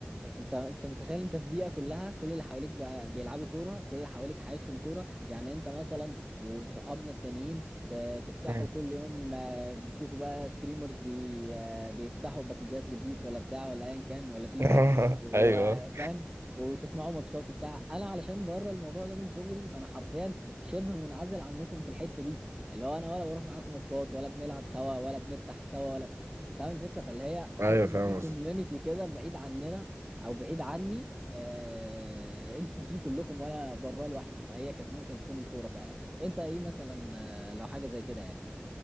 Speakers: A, on the right; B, on the right.
A: انت انت متخيل انت في بيئه كلها كل اللي حواليك بقى بيلعبوا كوره كل اللي حواليك حياتهم كوره يعني انت مثلا وصحابنا التانيين ت- تفتحوا
B: مم.
A: كل يوم آه، بتشوفوا بقى ستريمرز بي آه، بيفتحوا باكجات لبيس ولا بتاع ولا ايا كان ولا فيفا
B: <laughs>
A: وفاهم
B: ايوه
A: وتسمعوا ماتشات بتاع انا علشان بره الموضوع ده من صغري فانا حرفيا شبه منعزل عنكم في الحته دي اللي هو انا ولا بروح معاكم ماتشات ولا بنلعب سوا ولا بنفتح سوا ولا فاهم الفكره فاللي هي حاسس
B: ايوه
A: ان
B: فاهم
A: في كوميونتي
B: قصدك
A: كده بعيد عننا او بعيد عني آه، انتوا فيه كلكم وانا بره لوحدي فهي كانت ممكن تكون الكوره فعلا انت ايه مثلا آه، لو حاجه زي كده يعني